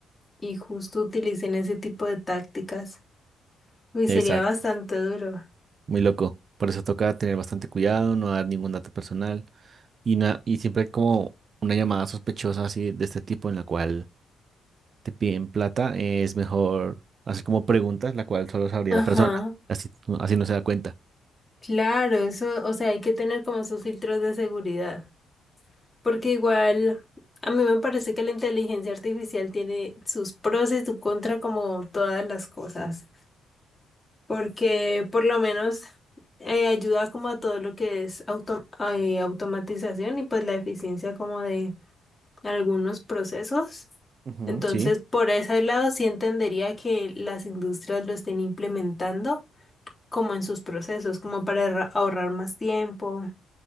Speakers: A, on the left (about 20°); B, on the right (about 50°).
A: y justo utilicen ese tipo de tácticas. Uy, sería
B: Exacto,
A: bastante duro.
B: muy loco, por eso toca tener bastante cuidado, no dar ningún dato personal, y, na- y siempre hay como una llamada sospechosa así de este tipo en la cual te piden plata, eh, es mejor hacer como preguntas, la cual solo sabría
A: Ajá,
B: la persona, así, así no se da cuenta.
A: claro, eso, o sea, hay que tener como esos filtros de seguridad, porque igual a mí me parece que la inteligencia artificial tiene sus pros y sus contras como todas las cosas, porque por lo menos eh, ayuda como a todo lo que es auto- eh, automatización y pues la eficiencia como de algunos procesos.
B: Ujú,
A: Entonces,
B: sí,
A: por ese lado sí entendería que las industrias lo estén implementando. como en sus procesos, como para erra- ahorrar más tiempo,